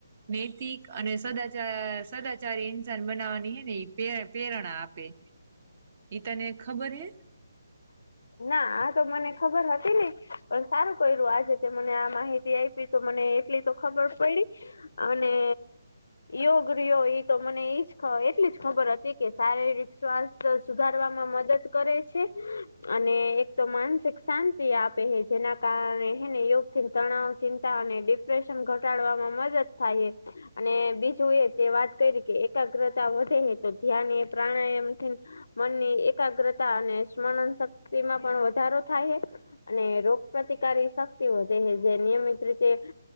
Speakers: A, on the right; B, on the left.
A: નૈતિક અને સદાચ સદાચારી ઇન્સાન બનાવવાની હે ને એ પ્રેરણા આપે. તને ખબર હ? <inaudible>
B: ના આ તો મને ખબર હતી નહ. પણ સારું કર્યું આજે તે મને આ માહિતી આપ. તો મને એટલી તો ખબર પડી અને યોગ રહયો એ તો મને એઈજ એટલી જ ખબર હતી કે શારીરિક શ્વાસ તો સુધારવામાં મદદ કરે છે.
A: <inaudible>
B: અને એક તો માનસિક શાંતિ આપે હ જેના કારણે હને યોગથી તણાવ, ચિંતા અને પ્રેશન ઘટાડવામાં મદદ થાય. અને બીજું એ તે વાત કરી કે એકાગ્રતા વધે તો ધ્યાન એ પ્રાણાયામથી મનની એકાગ્રતા અને સ્મરણ શક્તિમાં પણ વધારો થાય. અને રોગ પ્રતિકારક શક્તિ વધે છે જે નિયમિત રીતે